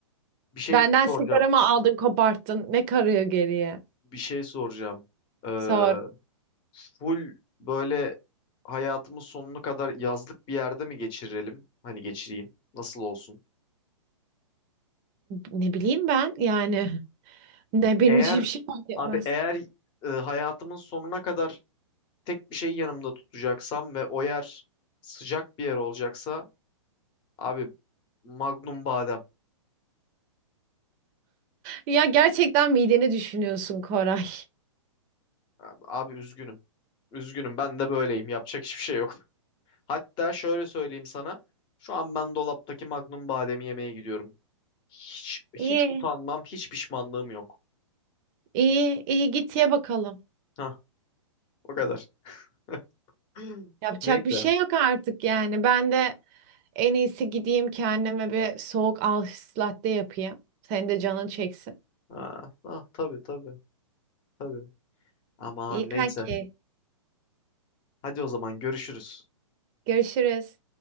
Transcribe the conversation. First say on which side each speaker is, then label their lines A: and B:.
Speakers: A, on the left (about 30°); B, on the right (about 35°).
A: bir şey
B: Benden
A: soracağım.
B: sigaramı aldın, koparttın. Ne karıyor geriye?
A: Bir şey soracağım. Ee,
B: Sor.
A: full böyle hayatımın sonuna kadar yazlık bir yerde mi geçirelim? Hani geçireyim. Nasıl olsun?
B: Ne bileyim ben yani. <laughs> Ne benim
A: Eğer
B: için bir şey fark etmez.
A: abi eğer e, hayatımın sonuna kadar tek bir şey yanımda tutacaksam ve o yer sıcak bir yer olacaksa abi Magnum badem.
B: Ya gerçekten mideni düşünüyorsun Koray.
A: Abi, abi üzgünüm. Üzgünüm ben de böyleyim. Yapacak hiçbir şey yok. <laughs> Hatta şöyle söyleyeyim sana. Şu an ben dolaptaki Magnum bademi yemeye gidiyorum. Hiç, hiç
B: İyi.
A: utanmam, hiç pişmanlığım yok.
B: İyi, iyi git ye bakalım.
A: Hah, o kadar. <clears throat> <laughs>
B: Yapacak
A: Neyse.
B: bir şey yok artık yani. Ben de en iyisi gideyim kendime bir soğuk Alsız latte yapayım. Senin de canın çeksin.
A: Ha, ah, tabii tabii tabii. Aman
B: İyi kanki.
A: neyse. Hadi o zaman görüşürüz.
B: Görüşürüz.